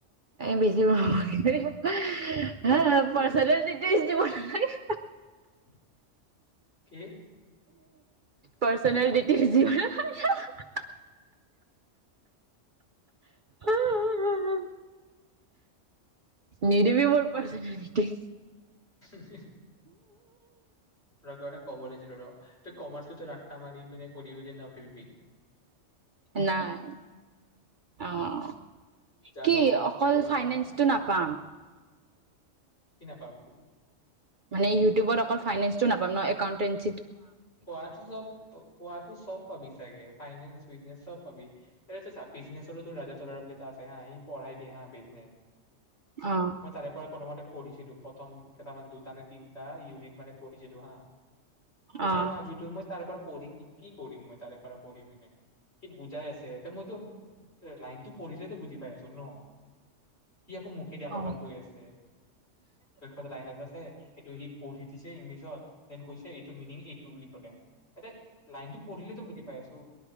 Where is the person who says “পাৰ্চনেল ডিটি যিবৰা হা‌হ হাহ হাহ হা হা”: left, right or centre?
Right